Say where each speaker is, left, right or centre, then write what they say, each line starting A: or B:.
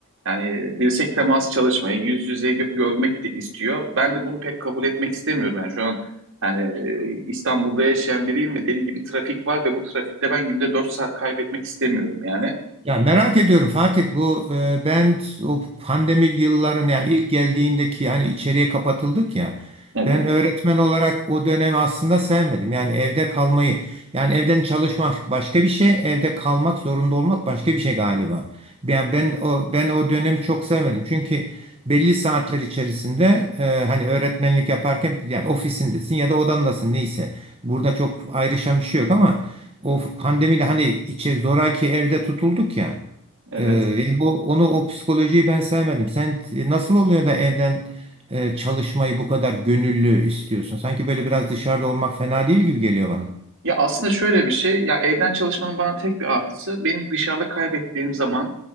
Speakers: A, on the right (about 60°); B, on the right (about 25°).
A: yani dirsek teması çalışmayı yüz yüze gö- görmek de istiyor. Ben de bunu pek kabul etmek istemiyorum. Yani şu an yani e, İstanbul'da yaşayan biriyim ve deli gibi trafik var ve bu trafikte ben günde 4 saat kaybetmek istemiyorum yani.
B: Ya merak ediyorum Fatih bu e, ben o pandemi yılların yani ilk geldiğindeki yani içeriye kapatıldık ya
A: Evet,
B: ben öğretmen olarak o dönemi aslında sevmedim. Yani evde kalmayı yani evden çalışmak başka bir şey evde kalmak zorunda olmak başka bir şey galiba. Yani ben o, ben o dönemi çok sevmedim çünkü belli saatler içerisinde e, hani öğretmenlik yaparken yani ofisindesin ya da odandasın neyse burada çok ayrışan bir şey yok ama o pandemide hani içe zoraki evde tutulduk ya.
A: evet.
B: e, yani o, onu o psikolojiyi ben sevmedim. Sen e, nasıl oluyor da evden e, çalışmayı bu kadar gönüllü istiyorsun? Sanki böyle biraz dışarıda olmak fena değil gibi geliyor bana.
A: Ya aslında şöyle bir şey, ya evden çalışmanın bana tek bir artısı, benim dışarıda kaybettiğim zaman